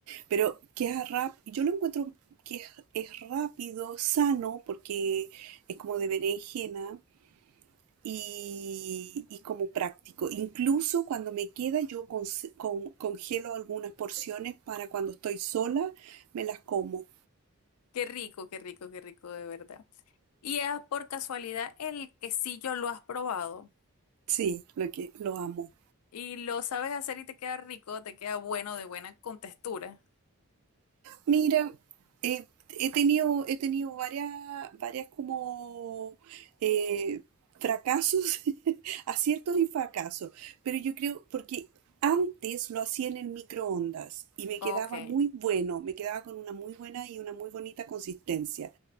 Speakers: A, on the right; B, on the left.
A: Pero queda rap, yo lo encuentro que es, es rápido, sano, porque es como de berenjena y, y como práctico. Incluso cuando me queda, yo con- con- congelo algunas porciones para cuando estoy sola, me las como.
B: <laughs> Qué rico, qué rico, qué rico, de verdad. Y es por casualidad el quesillo lo has probado
A: Sí, lo que lo amo.
B: y lo sabes hacer y te queda rico, te queda bueno, de buena contextura.
A: Mira, eh, he tenido, he tenido varias, varias como eh, fracasos, <laughs> aciertos y fracasos, pero yo creo, porque antes lo hacía en el microondas y me
B: Ok.
A: quedaba muy bueno, me quedaba con una muy buena y una muy bonita consistencia,